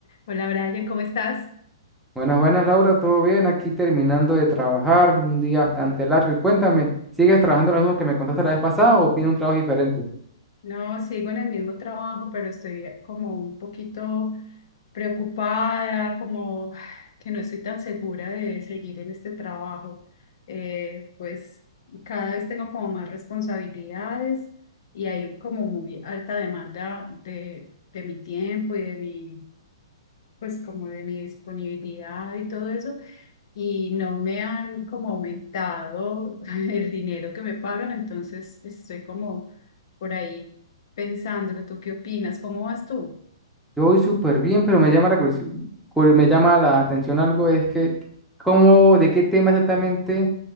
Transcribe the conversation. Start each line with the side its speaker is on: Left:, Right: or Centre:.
Left: Hola Brian, ¿cómo estás?
Centre: Buenas, buenas, Laura, ¿todo bien? Aquí terminando de trabajar, un día bastante largo. Y cuéntame, ¿sigues trabajando lo mismo que me contaste la vez pasada o tiene un trabajo diferente?
Left: No, sigo en el mismo trabajo, pero estoy como un poquito preocupada, como que no estoy tan segura de seguir en este trabajo. Eh, pues cada vez tengo como más responsabilidades y hay como muy alta demanda de, de mi tiempo y de mi, pues como de mi disponibilidad y todo eso. y no me han como aumentado <laughs> el dinero que me pagan, entonces estoy como por ahí pensándolo. ¿Tú qué opinas? ¿Cómo vas tú?
Centre: Yo voy súper bien, pero me llama la curiosi- curi- me llama la atención algo, es que, ¿cómo, de qué tema exactamente